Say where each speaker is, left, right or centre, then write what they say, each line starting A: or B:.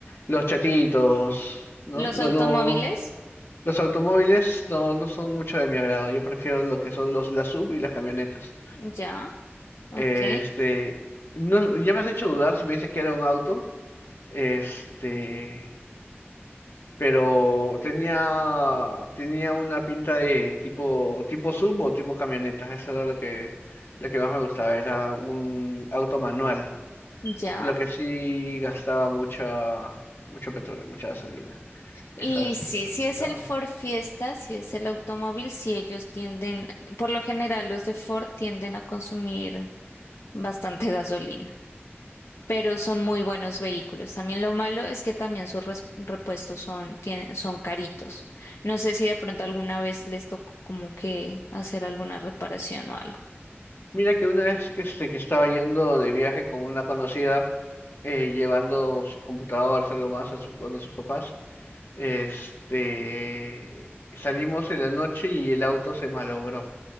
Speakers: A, on the left; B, on the left.
A: los chatitos, ¿no?
B: ¿Los
A: No,
B: automóviles?
A: no, los automóviles no, no son mucho de mi agrado, yo prefiero lo que son los, las sub y las camionetas.
B: Ya, ok,
A: Este, no, ya me has hecho dudar si me dices que era un auto, este... pero tenía, tenía una pinta de tipo, tipo sub o tipo camioneta. Eso era lo que, lo que más me gustaba, era un auto manual.
B: ya.
A: Lo que sí gastaba mucha, mucho petróleo, mucha gasolina. Eso
B: Y
A: es
B: sí,
A: lo que me
B: si
A: gustaba.
B: es el Ford Fiesta, si es el automóvil, si ellos tienden, por lo general los de Ford tienden a consumir bastante gasolina, pero son muy buenos vehículos. También lo malo es que también sus res- repuestos son, tienen, son caritos. No sé si de pronto alguna vez les tocó como que hacer alguna reparación o algo.
A: Mira que una vez que, este, que estaba yendo de viaje con una conocida, eh, llevando sus computadoras, algo más a sus, donde sus papás, este, salimos en la noche y el auto se malogró.